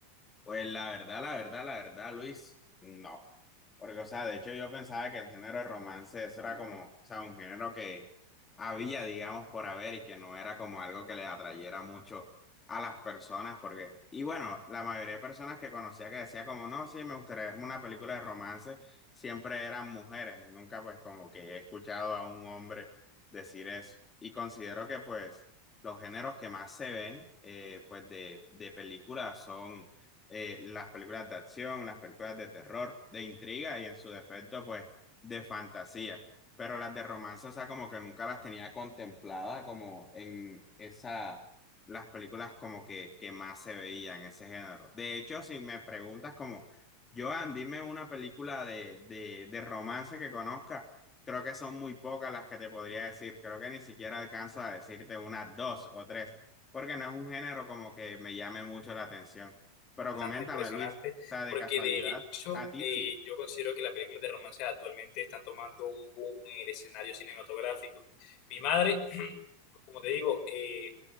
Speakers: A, on the left; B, on the left.
A: Pues la verdad, la verdad, la verdad, Luis, no. Porque, o sea, de hecho yo pensaba que el género de romance eso era como, o sea, un género que había, digamos, por haber y que no era como algo que le atrayera mucho a las personas, porque, y bueno, la mayoría de personas que conocía que decía como, no, sí, me gustaría verme una película de romance, siempre eran mujeres. Nunca pues como que he escuchado a un hombre decir eso. Y considero que pues los géneros que más se ven, eh, pues de, de películas son eh, las películas de acción, las películas de terror, de intriga y en su defecto, pues, de fantasía. Pero las de romance, o sea, como que nunca las tenía contemplada como en esa, las películas como que, que más se veían, ese género. De hecho, si me preguntas como, Joan, dime una película de, de, de romance que conozca. Creo que son muy pocas las que te podría decir. Creo que ni siquiera alcanzo a decirte unas dos o tres, porque no es un género como que me llame mucho la atención. Pero
B: bastante
A: coméntame,
B: impresionante,
A: Luis, o sea, de
B: porque
A: casualidad,
B: de hecho
A: a ti
B: eh,
A: sí.
B: yo considero que las películas de romance actualmente están tomando un boom en el escenario cinematográfico. Mi madre, <clears throat> como te digo, eh,